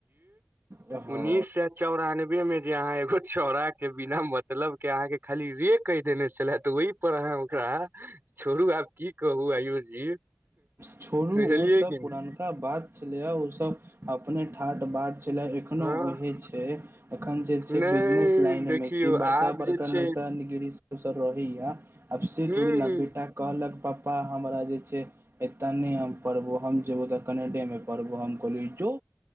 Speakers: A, on the right (about 75°); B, on the right (about 55°).
A: ह <unintelligible>
B: उन्ननीस सए चौरानबे में जे अहाँ एगो चौड़ा के बिना मतलब के अहाँ के खाली रे कहि देने छले त ओहि पर अहाँ ओकरा छोड़ू आब की कहू आयुष जी
A: छोड़ू
B: बुझलियै
A: ओसभ
B: कि नहि
A: पुरनकनका बात छलैए ओसभ अपने ठाट बाट चे एखनो
B: हँ
A: ओहे छै एखन जे छै
B: नहि
A: बिजनेस लाइन
B: देखियौ
A: मे बड़का
B: आब
A: बड़का
B: जे छै
A: नेता निगरी रहै य अबस
B: हूँ
A: ोड़ी
B: हूँ
A: नब्बेटाक कहलक पपा हमरा जे छै एतऽ नहि हम पढ़बौ हम जेबौ तऽ कनेडेमे पर्वो हम कहिलै जौ